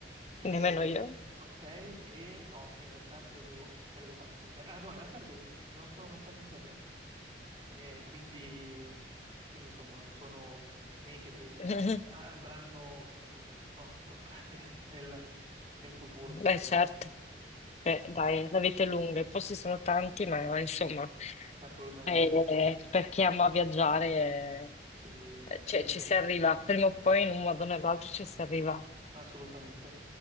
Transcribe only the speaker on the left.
nemmeno io.
<laughs>
Beh,
certo, Beh, dai, la vita è lunga, i posti sono tanti, ma insomma,
eh, per chi ama viaggiare,
eh, cioè,
ci si arriva, prima o poi in un modo o nell'altro ci si arriva.